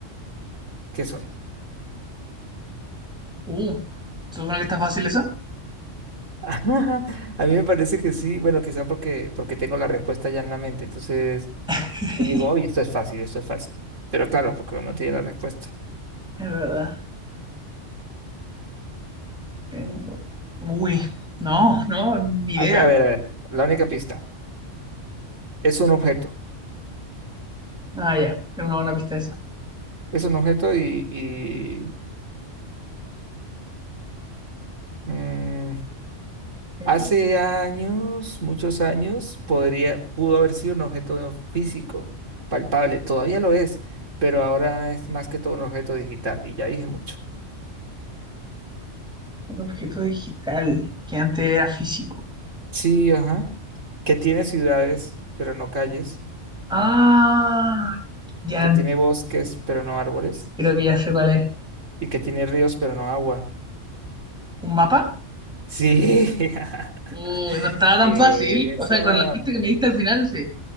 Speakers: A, on the right; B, in the centre.
A: ¿Qué soy?
B: uh, ¿se ¿supone que está fácil esa
A: <laughs> A mí me parece que sí. Bueno, quizá porque, porque tengo la respuesta ya en la mente. Entonces,
B: <laughs>
A: yo digo, oye,
B: Es
A: esto es fácil, esto es fácil. Pero claro, porque uno tiene la respuesta.
B: verdad, tengo. Uy, no, no, ni idea.
A: A ver, a ver, a ver. La única pista. Es un objeto.
B: Ah, ya, es una buena pista esa.
A: Es un objeto y, y Mm,
B: Eh,
A: hace años, muchos años, podría, pudo haber sido un objeto físico, palpable, todavía lo es, pero ahora es más que todo un objeto digital, y ya dije mucho.
B: un objeto digital que antes era físico.
A: Sí, ajá, que tiene ciudades, pero no calles,
B: Ah, ya
A: que
B: antes.
A: tiene bosques, pero no árboles,
B: creo que ya sé cuál es.
A: y que tiene ríos, pero no agua.
B: ¿Un mapa?
A: Sí, <laughs>
B: Uy, no estaba tan fácil. O
A: eso.
B: sea, con la pista que me diste al final, sí.